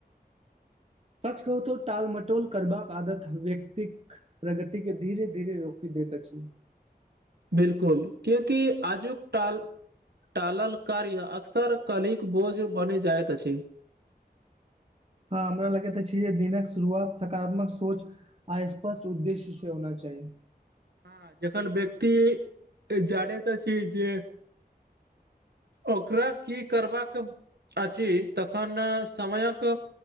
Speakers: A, on the right; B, on the right.
A: सच कहू तो टाल मटोल करबाक आदत व्यक्तिक। प्रगति के धीरे धीरे रोकि देैत अछि।
B: बिलकुल क्यूकि आजुक टाल। टालल कार्य अक्सर कलीक बोझ बनि जाइत अछि।
A: ह हमरा लगैत अछि जे दिनक शुरुआत सकारात्मक सोच। स्पष्ट उद्देश्य से होना चाही
B: हँ जखन व्यक्ति जानैत अछी जे ओकरा की करबाक अछि तखन समयक